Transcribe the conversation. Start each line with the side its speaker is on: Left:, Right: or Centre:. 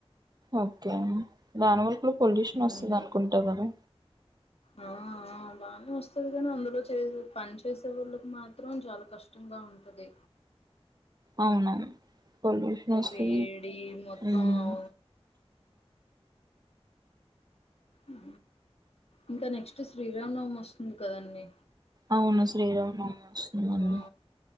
Right: ఓకే దానివల్ కూడా పొల్యూషన్
Left: ఉ
Right: వస్తుంది అనుకుంటా కదా
Left: ఆ బా వస్తుంది కాని అందులో చేస పని చేసే వాళ్ళకి మా చిత్రం చాలా కష్టంగా ఉంటది
Right: అవునవును పొల్యూషన్ వస్తది
Left: వేడి మొత్తం
Right: ఉమ్
Left: ఉ ఇంకా నెక్స్ట్ శ్రీరామ్ నవమ వస్తుంది కదీ
Right: అవును శ్రీరావును అవు వస్తుందండి
Left: ఆ